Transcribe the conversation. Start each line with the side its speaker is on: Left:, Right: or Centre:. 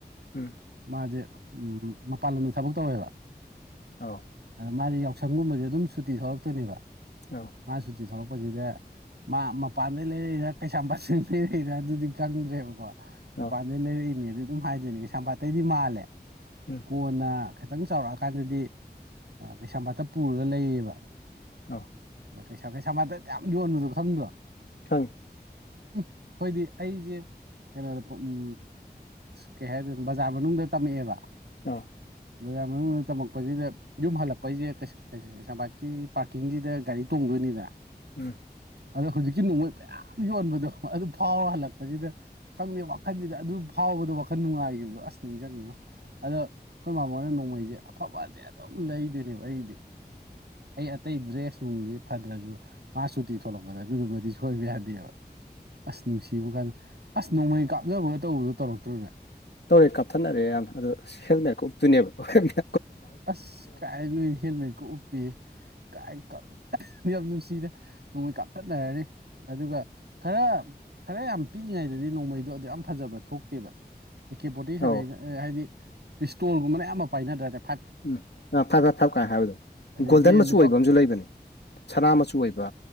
Left: ꯎꯝ
Right: ꯃꯥꯁꯦ ꯃꯄꯥꯟ ꯂꯝꯗ ꯊꯕꯛ ꯇꯧꯋꯦꯕ
Left: ꯑꯥꯎ
Right: ꯃꯥꯗꯤ ꯌꯥꯎꯁꯪꯒꯨꯝꯕꯁꯦ ꯑꯗꯨꯝ ꯁꯨꯇꯤ ꯊꯣꯛꯂꯛꯇꯣꯏꯅꯦꯕ
Left: ꯑꯧ
Right: ꯃꯥ ꯁꯨ ꯇꯤ ꯊꯣꯛꯂꯛꯄꯁꯤꯗ ꯃꯥ ꯃꯄꯥꯟꯗꯩ ꯂꯩꯔꯛꯢꯔꯥ ꯀꯩꯁꯥꯝꯄꯥꯠꯁꯤꯡꯗꯩ ꯂꯩꯔꯥ ꯑꯗꯨꯗꯤ ꯈꯪꯗ꯭ꯔꯦꯕꯀꯣ ꯃꯄꯥꯟꯗꯩ
Left: ꯑꯧ
Right: ꯂꯩꯔꯛꯏꯅꯦꯗꯤ ꯑꯗꯨꯝ ꯍꯥꯏꯗꯣꯏꯅꯦ ꯀꯩꯁꯥꯝꯄꯥꯠꯇꯩꯗꯤ ꯃꯥꯜꯂꯦ
Left: ꯎꯝ
Right: ꯀꯣꯟꯅ ꯈꯤꯇꯪ ꯆꯥꯎꯔꯛꯑꯀꯥꯟꯗꯗꯤ ꯀꯩꯁꯥꯝꯄꯥꯠꯇ ꯄꯨꯔꯒ ꯂꯩꯌꯦꯕ
Left: ꯑꯥꯎ
Right: ꯀꯩꯁꯥ ꯀꯩꯁꯥꯝꯄꯥꯠꯇ ꯑꯗꯌꯥꯝ ꯌꯣꯟꯕꯗꯣ ꯈꯪꯗ꯭ꯔꯣ
Left: ꯈꯪꯉꯤ
Right: ꯎꯝ ꯍꯣꯏꯗꯤ ꯑꯩꯁꯦ ꯀꯩꯅꯣꯗ ꯄꯣꯛ ꯎꯝ ꯀꯩ ꯍꯥꯏꯗꯣꯏ ꯕꯖꯥꯔ ꯃꯅꯨꯡꯗ ꯇꯝꯃꯛꯑꯦꯕ
Left: ꯇꯥꯎ
Right: ꯕꯖꯥꯔ ꯃꯅꯨꯡꯗ ꯇꯝꯃꯛꯄꯁꯤꯗ ꯌꯨꯝ ꯍꯜꯂꯛꯄꯩꯁꯦ ꯀꯩꯁ ꯀꯩꯁꯥꯝꯄꯥꯠꯀꯤ ꯄꯥꯔꯀꯤꯡꯁꯤꯗ ꯒꯥꯔꯤ ꯇꯣꯡꯗ ꯅꯤꯗ
Left: ꯎꯝ
Right: ꯑꯗꯣ ꯍꯧꯖꯤꯛꯀꯤ ꯅꯣꯡꯃꯩ ꯃꯌꯥꯝ ꯌꯣꯟꯕꯗꯣ ꯑꯗꯨ ꯐꯥꯎꯔ ꯍꯜꯂꯛꯄꯁꯤꯗ ꯈꯪꯗꯦ ꯋꯥꯈꯜꯁꯤꯗ ꯑꯗꯨ ꯐꯥꯎꯕꯗꯣ ꯋꯥꯈꯜ ꯅꯨꯡꯉꯥꯏꯒꯤꯕ ꯗꯣ ꯑꯁ ꯅꯤꯡꯖꯪꯉꯤꯉꯣ ꯑꯗꯣ ꯑꯩꯈꯣꯏ ꯃꯥꯃꯣꯅ ꯅꯣꯡꯃꯩꯁꯦ ꯑꯐꯕꯁꯦ ꯑꯗꯨꯝ ꯂꯩꯗꯣꯏꯅꯦꯕ ꯑꯩꯒꯤꯗꯤ ꯑꯩ ꯑꯇꯩ ꯗ꯭ꯔꯦꯁ ꯅꯨꯡꯗꯤ ꯐꯗ꯭ꯔꯁꯨ ꯃꯥ ꯁꯨꯇꯤ ꯊꯣꯛꯂꯛꯄꯗ ꯑꯗꯨꯗꯨꯃꯗꯤ ꯁꯣꯏꯕ ꯌꯥꯗꯦꯕ ꯑꯁ ꯅꯨꯡꯁꯤꯕ ꯀꯥꯟꯗ ꯑꯁ ꯅꯣꯡꯃꯩ ꯀꯥꯞꯅꯕꯒ ꯇꯧꯕꯗꯣ ꯇꯧꯔꯛꯇ꯭ꯔꯣꯅꯣꯏ
Left: ꯇꯧꯔꯦ ꯀꯥꯞꯊꯅꯔꯦ ꯌꯥꯝꯅ ꯑꯗꯨꯗꯣ ꯍꯦꯜꯃꯦꯠ ꯎꯞꯇꯣꯏꯅꯦꯕ ꯍꯦꯜꯃꯦꯠ
Right: ꯑꯁ ꯀꯥꯏ ꯅꯣꯏ ꯍꯦꯜꯃꯦꯠ ꯀ ꯎꯞꯄꯤ ꯀꯥꯏ ꯌꯥꯝ ꯅꯨꯁꯤ ꯁꯤꯗ ꯅꯣꯡꯃꯩ ꯀꯥꯞꯊꯠꯅꯔꯅꯤ ꯑꯗꯨꯒ ꯈꯔ ꯈꯔ ꯌꯥꯝ ꯄꯤꯛꯏꯉꯩꯗꯗꯤ ꯅꯣꯡꯃꯩꯗꯣ ꯑꯗꯨ ꯌꯥꯝ ꯐꯖꯕ ꯊꯣꯛꯇꯦꯕ ꯑꯦ ꯀꯦ ꯐꯣꯔꯇꯤ ꯁꯚꯦꯟ
Left: ꯑꯧ
Right: ꯍꯥꯏꯗꯤ ꯄꯤꯁꯇꯣꯜꯒꯨꯝꯕꯅ ꯑꯌꯥꯝꯕ ꯄꯥꯏꯅꯗ꯭ꯔꯥꯅꯦ
Left: ꯎꯝ ꯐꯔꯦ ꯐꯔꯦ ꯐꯔ ꯀꯥꯏ ꯍꯥꯏꯕꯗꯣ
Right: ꯑꯗꯒꯤ
Left: ꯒꯣꯜꯗꯟ ꯃꯆꯨ
Right: ꯂꯨꯄꯥ
Left: ꯑꯣꯏꯕ ꯑꯃꯁꯨ ꯂꯩꯕꯅꯦ ꯁꯅꯥ ꯃꯆꯨ ꯑꯣꯏꯕ